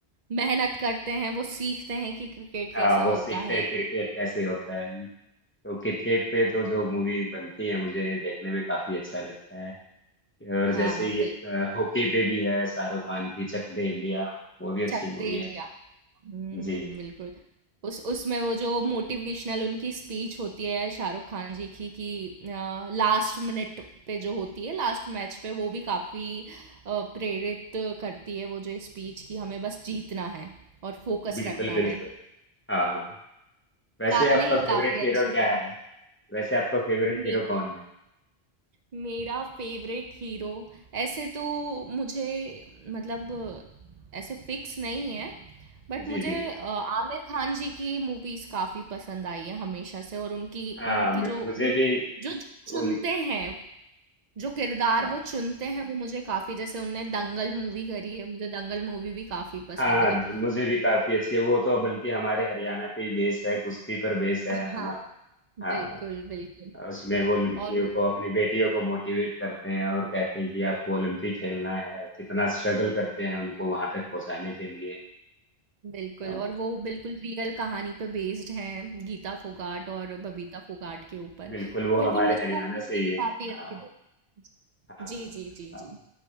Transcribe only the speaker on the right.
मेहनत करते हैं, वो सीखते हैं कि क्रिकेट कैसा
होता
है।
हाँ,
बिल्कुल,
चक
दे इंडिया।
हुँ,
बिल्कुल। उस उसमें वो जो मोटिवेशनल उनकी स्पीच होती है शाहरुख खान जी की कि अ, लास्ट मिनट पे जो होती है, लास्ट मैच पे वो भी काफ़ी अ, प्रेरित करती है वो जो स्पीच कि हमें बस जीतना है और फोकस
रखना
है।
का,
नहीं काफी
अच्छी
थी
मे,
मेरा फेवरेट हीरो ऐसे तो मुझे मतलब ऐसे फिक्स नहीं है बट
मुझे
अ, आमिर खान जी की मूवीज काफी पसंद आई है हमेशा से और उनकी
उनकी
जो
वो-
जो
चुनते हैं जो किरदार
वो चुनते हैं वो मुझे काफी जैसे उनने दंगल मूवी करी है मुझे दंगल मूवी भी काफी पसंद
है
हाँ
बिल्कुल बिल्कुल
और
बिल्कुल
और वो बिल्कुल रियल कहानी पे बेस्ड हैं गीता फोगाट और बबीता फोगाट के ऊपर
बिल्कुल
मुझे
वो मूवी
भी
काफी
अच्छी लगी
जी जी जी
जी